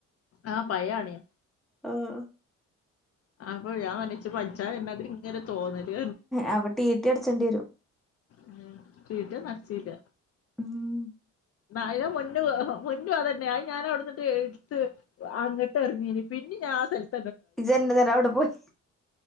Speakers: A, on the left; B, in the centre.
A: ആഹ് പയാ ആണിയാ
B: ആഹ്
A: അപ്പൊ ഞാൻ പറഞ്ഞ് ച്ച് പൻ ച്ചാ വര്നാതിരി ഇങ്ങനെ തോന്നല്
B: അപ്പൊ ടീ ടീ അടച്ചേണ്ടിരും
A: ഉം ടീ ടീ ന്നും അടിച്ചീല്ല
B: ഉം
A: നായിരെ മുന്നു ഹോ മുന്നു അതന്നെ ആഹ് ഞാന് അവിടന്നിട്ട് എടുത്ത് അങ്ങട്ട് എർഞ്ഞീഞ് പിന്നിം ഞാ <unintelligible>
B: ഇജ്ജ് ന്നെ തെരാെ അവിടെ പോയി